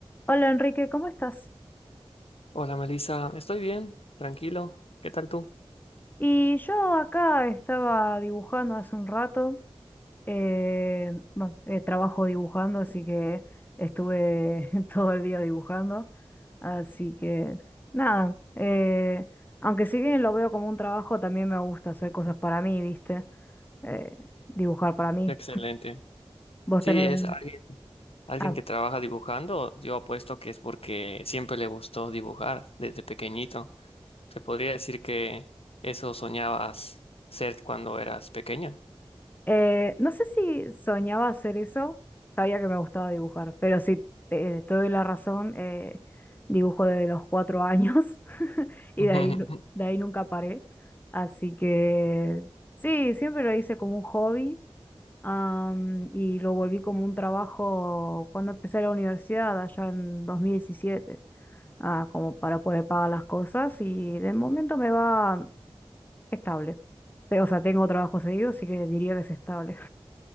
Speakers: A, on the left; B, on the left.
A: Hola Enrique, ¿cómo estás?
B: Hola Melissa, estoy bien, tranquilo. ¿Qué tal tú?
A: Y yo acá estaba dibujando hace un rato. eh, bueno, eh, trabajo dibujando, así que estuve <laughs> todo el día dibujando. Así que nada, eh, aunque si bien lo veo como un trabajo, también me gusta hacer cosas para mí, ¿viste? Eh, dibujar para mí.
B: Excelente.
A: ¿Vos
B: Sí,
A: tenés...
B: es alguien, alguien
A: ah,
B: que trabaja dibujando. Yo apuesto que es porque siempre le gustó dibujar desde pequeñito. Se podría decir que eso soñabas ser cuando eras pequeño.
A: Eh, no sé si soñaba hacer eso, sabía que me gustaba dibujar, pero si te, te doy la razón, eh, dibujo desde los cuatro años <laughs> y
B: <laughs>
A: de ahí, nu- de ahí nunca paré. Así que sí, siempre lo hice como un hobby, am, y lo volví como un trabajo cuando empecé la universidad, allá en 2017, ah, como para poder pagar las cosas y de momento me va estable. Pero, o sea, tengo trabajo seguido, así que diría que es estable.